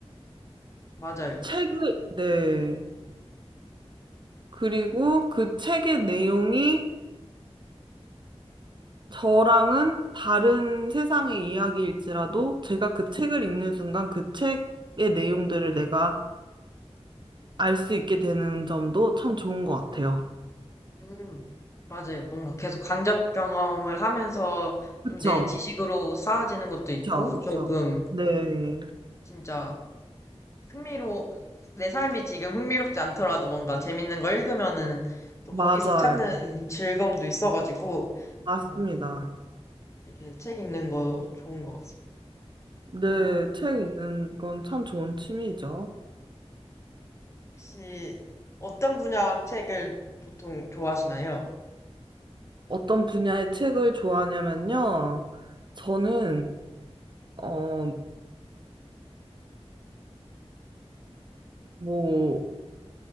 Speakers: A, on the left (about 25°); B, on the right (about 45°).
A: 맞아요.
B: 책을, 네. 그리고 그 책의 내용이 저랑은 다른 세상의 이야기일지라도 제가 그 책을 읽는 순간 그 책의 내용들을 내가 알 수 있게 되는 점도 참 좋은 것 같아요.
A: 음, 맞아요. 뭔가 계속 간접 경험을 하면서
B: 그쵸?
A: 좀 내 지식으로 쌓아지는 것도 있고,
B: 그쵸? 그쵸?
A: 조금
B: 네.
A: 진짜 흥미로, 내 삶이 지금 흥미롭지 않더라도 뭔가 재밌는 거 읽으면은 또
B: 맞아요.
A: 거기서 찾는 즐거움도 있어가지고,
B: 맞습니다.
A: 어, 되게 책 읽는 거 좋은 것 같습니다.
B: 네,
A: 어,
B: 책 읽는 건 참 좋은 취미죠.
A: 혹시 어떤 분야 책을 보통 좋아하시나요?
B: 어떤 분야의 책을 좋아하냐면요. 저는, 어, 뭐,